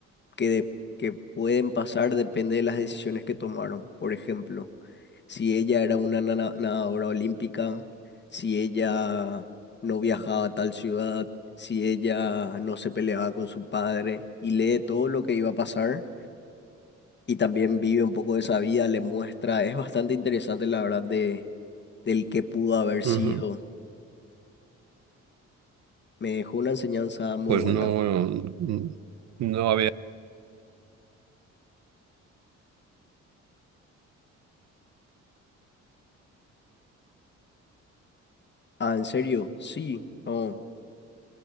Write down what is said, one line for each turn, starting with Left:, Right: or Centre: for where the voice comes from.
Left: que, de- que pueden pasar depende de las decisiones que tomaron. Por ejemplo, si ella era una nana- nadadora olímpica, si ella no viajaba a tal ciudad, si ella no se peleaba con su padre y lee todo lo que iba a pasar y también vive un poco de esa vida, le muestra, es bastante interesante la verdad de, del que pudo haber sido.
Right: Ujú.
Left: Me dejó una enseñanza muy
Right: Pues
Left: buena.
Right: no, mm, no,
Left: Ah, ¿en serio? Sí, no.